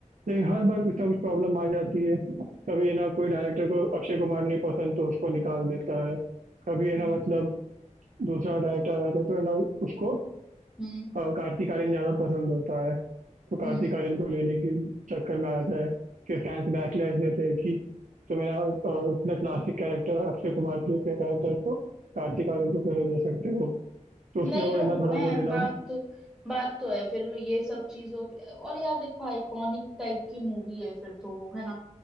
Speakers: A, on the right; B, in the centre.
A: लेकिन हर बार कुछ
B: हम्म
A: ना कुछ प्रॉब्लम आ जाती है कभी है ना कोई डायरेक्टर को अक्षय कुमार नहीं पसंद तो उसको निकाल देता है कभी है
B: हम्म
A: ना मतलब दूसरा डायरेक्टर आ जाता है तो है ना उसको
B: हम्म
A: अ, कार्तिक आर्यन ज़्यादा पसंद होता है तो कार्तिक
B: हम्म
A: आर्यन को लेने के चक्कर में आ जाता है फिर फैंस बैकलैश देते हैं कि तो मेरा अ, इतना क्लासिक कैरेक्टर अक्षय कुमार के कैरेक्टर को कार्तिक आर्यन को कैसे दे सकते हो तो उसमें
B: नहीं
A: और
B: होगा
A: है ना थोड़ा
B: ना
A: बहुत
B: यार
A: है
B: बात
A: ना
B: तो बात तो है फिर ये सब चीजों पे और यार देखो आइकॉनिक टाइप की मूवी है फिर तो वो है ना